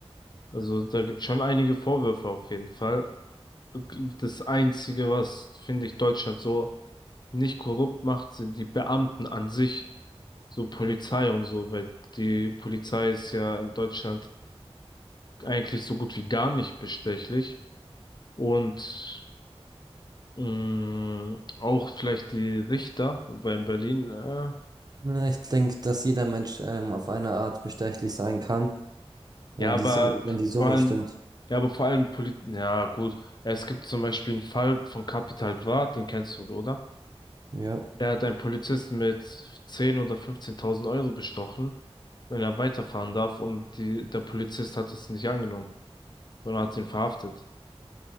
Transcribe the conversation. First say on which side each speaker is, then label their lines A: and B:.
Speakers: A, on the left; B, on the right.
A: Also da gibt es schon einige Vorwürfe auf jeden Fall. Das Einzige, was, finde ich, Deutschland so nicht korrupt macht, sind die Beamten an sich, so Polizei und so, weil die Polizei ist ja in Deutschland eigentlich so gut wie gar nicht bestechlich. Und mh, auch vielleicht die Richter, wobei in Berlin, äh,
B: Ja, Ich denke, dass jeder Mensch ähm, auf eine Art bestechlich sein kann,
A: Ja,
B: wenn
A: aber
B: die, Su- wenn die Summe
A: vor allem,
B: stimmt.
A: ja, aber vor allem Polit, ja, gut. Es gibt zum Beispiel einen Fall von Capital Bra, den kennst du, oder?
B: Ja,
A: Der hat einen Polizisten mit 10 oder 15.000 Euro bestochen, wenn er weiterfahren darf und die, der Polizist hat es nicht angenommen, sondern hat ihn verhaftet.